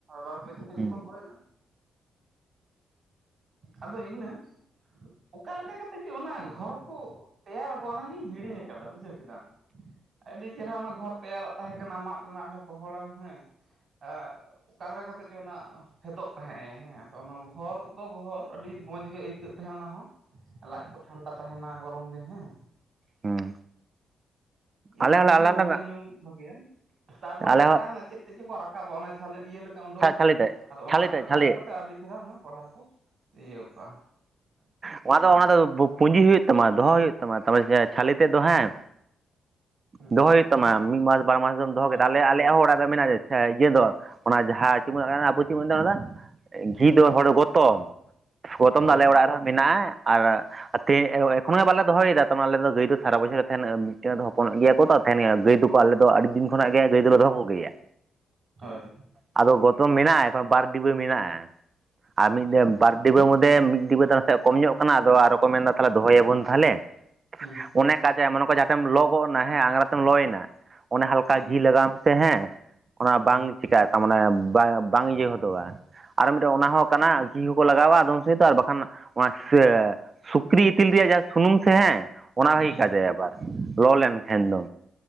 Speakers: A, on the right (about 60°); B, on the right (about 45°).
A: ᱵᱟᱨ ᱯᱮ ᱪᱩᱠᱟᱹᱜ
B: ᱦᱩᱸ
A: ᱡᱚᱠᱷᱚᱱ ᱦᱚᱭᱮᱱᱟ ᱟᱫᱚ ᱤᱱᱟᱹ ᱚᱠᱟᱞᱮᱠᱟ ᱠᱟᱛᱮ ᱡᱮ ᱚᱱᱟ ᱦᱚᱨ ᱠᱚ ᱛᱮᱭᱟᱨ ᱟᱠᱚ ᱚᱱᱟ ᱦᱩᱧ ᱦᱤᱲᱤᱧᱠᱟᱫᱟ ᱵᱩᱡᱷᱟᱹᱣ ᱠᱮᱫᱟᱢ ᱟᱹᱰᱤ ᱪᱮᱦᱨᱟ ᱚᱱᱟ ᱜᱷᱚᱨ ᱛᱮᱭᱟᱨᱟᱜ ᱛᱟᱦᱮᱸ ᱠᱟᱱᱟ ᱢᱟᱫ ᱨᱮᱭᱟᱜ ᱚᱱᱟ ᱜᱚᱦᱚᱲᱟᱢ ᱦᱮᱸ ᱟᱸᱻ ᱚᱠᱟ ᱞᱮᱠᱟ ᱠᱟᱛᱮᱜ ᱪᱚ ᱚᱱᱟ ᱯᱷᱮᱫᱚᱜ ᱛᱟᱦᱮᱸᱜ ᱦᱮᱸ ᱚᱱᱟ ᱜᱷᱚᱨ ᱫᱚ ᱜᱷᱚᱨ ᱟᱹᱰᱤ ᱢᱚᱸᱡᱽ ᱜᱮ ᱟᱹᱭᱠᱟᱹᱜ ᱛᱟᱦᱮᱸᱫ ᱚᱱᱟᱦᱚ ᱞᱟᱡ ᱠᱚ ᱴᱷᱟᱱᱰᱟ ᱛᱟᱦᱮᱸᱱᱟ ᱜᱚᱨᱚᱢ ᱫᱤᱱ ᱦᱮᱸ
B: ᱦᱩᱸ ᱟᱞᱮ
A: ᱚᱱᱟ
B: ᱦᱚᱸᱞᱮ
A: ᱩᱱ ᱥᱚᱢᱚᱭ
B: ᱟᱞᱮ ᱦᱚᱸᱞᱮ
A: ᱵᱷᱟᱜᱮ ᱧᱩ ᱵᱷᱟᱹᱜᱮᱭᱟ ᱛᱟᱨᱯᱚᱨ ᱚᱱᱟ
B: ᱟᱞᱮ
A: ᱪᱮᱛᱟᱱ ᱨᱮᱱᱟᱜ ᱪᱮᱫ ᱛᱮᱫ ᱪᱚᱠᱚ ᱨᱟᱠᱟᱵ ᱨᱟᱠᱟᱵᱚᱜ ᱚᱱᱟ ᱪᱷᱟᱞᱮ ᱤᱭᱟᱹ ᱞᱮᱠᱟ
B: ᱦᱚᱸ
A: ᱩᱰᱩᱠᱚᱜᱼᱟ
B: ᱪᱷᱟᱹᱞᱤ ᱛᱮᱫ
A: ᱟᱫᱚ ᱚᱱᱟ
B: ᱪᱷᱟᱹᱞᱤ ᱛᱮᱫ
A: ᱨᱟᱠᱟᱵ
B: ᱪᱷᱟᱹᱞᱤ
A: ᱠᱟᱛᱮ ᱟᱹᱰᱤ ᱪᱮᱦᱨᱟ ᱚᱱᱟ ᱠᱚᱲᱦᱟ ᱨᱮᱠᱚ ᱤᱭᱟᱹ ᱚᱠᱟ
B: ᱚᱱᱟ ᱫᱚ ᱚᱱᱟ ᱫᱚ ᱯᱩᱸᱡᱤ ᱦᱩᱭᱩᱜ ᱛᱟᱢᱟ ᱫᱚᱦᱚ ᱦᱩᱭᱩᱜ ᱛᱟᱢᱟ ᱛᱚᱵᱮᱡᱮ ᱪᱷᱟᱞᱮ ᱛᱮᱫ ᱫᱚ ᱦᱮᱸ
A: ᱦᱮᱸ
B: ᱫᱚᱦᱚ ᱦᱩᱭᱩᱜ ᱛᱟᱢᱟ ᱢᱤᱫ ᱢᱟᱥ ᱵᱟᱨ ᱢᱟᱥ ᱫᱚᱢ ᱫᱚᱦᱚ
A: ᱦᱳᱭ
B: ᱠᱮᱫᱟ ᱟᱞᱮ ᱟᱞᱮᱭᱟᱜ ᱦᱚ ᱚᱲᱟᱜ ᱢᱮᱱᱟᱜᱼᱟ ᱟᱪᱪᱷᱟ ᱤᱭᱟᱹ ᱫᱚ ᱚᱱᱟ ᱡᱟᱦᱟᱸ <unintelligible> ᱟᱵᱚ ᱪᱮᱫ ᱠᱚ ᱢᱮᱛᱟᱜ ᱠᱟᱱᱟ ᱜᱷᱤ ᱫᱚ ᱦᱚᱲ ᱜᱚᱛᱚᱢ ᱜᱚᱛᱚᱢ
A: ᱦᱳᱭ
B: ᱫᱚ ᱟᱞᱮ ᱚᱲᱟᱜ ᱨᱮᱦᱚ ᱢᱮᱱᱟᱜᱼᱟ ᱟᱨ ᱛᱮ
A: ᱦᱳᱭ
B: ᱮᱠᱷᱚᱱᱚ ᱵᱟᱞᱮ ᱫᱚᱦᱚᱭᱮᱫᱟ ᱛᱟᱢᱟ ᱟᱞᱮ ᱫᱚ ᱜᱟᱹᱭ ᱫᱚ ᱥᱟᱨᱟ ᱵᱚᱪᱷᱚᱨ ᱜᱮ ᱛᱟᱦᱮᱱᱟ ᱫᱚ ᱦᱚᱯᱚᱱᱚᱜ ᱜᱮᱭᱟ ᱠᱚ ᱛᱚ ᱛᱟᱦᱮᱱ ᱜᱮᱭᱟ ᱜᱟᱹᱭ ᱫᱚᱠᱚ ᱟᱞᱮ ᱫᱚ ᱟᱹᱰᱤ ᱫᱤᱱ ᱠᱷᱚᱱᱟᱜ ᱜᱮ ᱜᱟᱹᱭ ᱫᱚᱞᱮ ᱫᱚᱦᱚ ᱠᱚᱜᱮᱭᱟ
A: ᱦᱳᱭ
B: ᱟᱫᱚ ᱜᱚᱛᱚᱢ ᱢᱮᱱᱟᱜᱼᱟ ᱮ ᱵᱟᱨ ᱰᱤᱵᱟᱹ ᱢᱮᱱᱟᱜᱼᱟ ᱟᱨ ᱢᱤᱫ
A: ᱟᱪᱪᱷᱟ
B: ᱵᱟᱨ <inaudible> ᱰᱤᱵᱟᱹ ᱢᱩᱫᱽᱫᱮ ᱢᱤᱫ ᱰᱤᱵᱟᱹ ᱛᱟᱞᱟ ᱥᱮᱫ ᱠᱚᱢ ᱧᱚᱜ ᱠᱟᱱᱟ ᱟᱫᱚ ᱟᱨᱚ ᱠᱚ ᱢᱮᱱᱫᱟ ᱛᱟᱦᱚᱞᱮ ᱫᱚᱦᱚᱭᱟᱵᱚᱱ ᱛᱟᱦᱚᱞᱮ
A: ᱦᱩᱸ
B: ᱚᱱᱮᱠ ᱠᱟᱡᱮ ᱮᱢᱟ ᱱᱚᱝᱠᱟ ᱡᱟᱦᱟᱸᱴᱷᱮᱱ ᱞᱚ ᱜᱚᱫ ᱱᱟ ᱦᱮᱸ ᱟᱝᱨᱟ ᱛᱮᱢ ᱞᱚᱭᱮᱱᱟ ᱚᱱᱮ ᱦᱟᱞᱠᱟ
A: ᱦᱩᱸ
B: ᱜᱷᱤ ᱞᱟᱜᱟᱣ ᱢᱮ ᱥᱮ ᱦᱮᱸ ᱚᱱᱟ ᱵᱟᱝ
A: ᱦᱩᱸ
B: ᱪᱤᱠᱟᱭ ᱛᱟᱢ ᱚᱰᱮᱸ ᱵᱟᱝ ᱤᱭᱟᱹ ᱦᱚᱫᱚᱜᱼᱟ ᱟᱨ ᱢᱤᱫᱴᱮᱱ ᱚᱱᱟ ᱦᱚᱸ ᱠᱟᱱᱟ ᱜᱷᱤ ᱦᱚᱸᱠᱚ ᱞᱟᱜᱟᱣᱟ ᱟᱫᱚᱢ ᱥᱮ ᱫᱚ ᱟᱨ ᱵᱟᱠᱷᱟᱱ ᱚᱱᱟ <unintelligible> ᱥᱩᱠᱨᱤ ᱤᱛᱤᱞ ᱨᱮᱭᱟᱜ ᱡᱟ ᱥᱩᱱᱩᱢ ᱥᱮ ᱦᱮᱸ ᱚᱱᱟ ᱵᱷᱟᱜᱮ
A: ᱦᱩᱸ ᱦᱩᱸ
B: ᱠᱟᱡᱟᱭ ᱟᱵᱟᱨ ᱞᱚ ᱞᱮᱱᱠᱷᱟᱱ ᱫᱚ